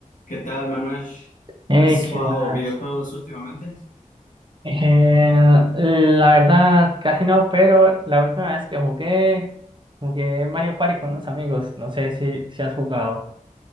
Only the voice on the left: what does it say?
¿Qué tal, Manuel?
¿Has
jugado
videojuegos últimamente?